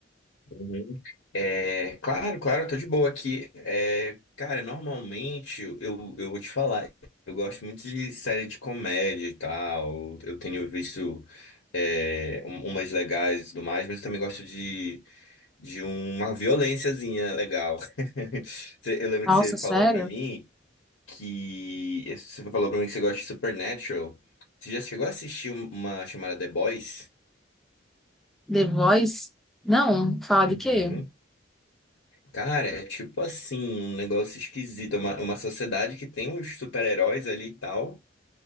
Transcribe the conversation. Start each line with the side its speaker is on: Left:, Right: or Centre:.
Left: Uhum. É, claro, claro, eu tô de boa aqui. É, cara, normalmente eu, eu vou te falar, eu gosto muito de série de comédia e tal. Eu tenho visto é, um- umas legais e tudo mais, mas eu também gosto de, de uma violênciazinha legal. <laughs> Você- Eu lembro
Centre: Nossa,
Left: que você falou
Centre: sério?
Left: pra mim que. Você falou pra mim que você gosta de Supernatural. Você já chegou a assistir uma chamada The Boys?
Centre: The Voice? Não, fala
Left: Uhum.
Centre: de quê?
Left: Cara, é tipo assim, um negócio esquisito. É Uma, uma sociedade que tem uns super-heróis ali e tal.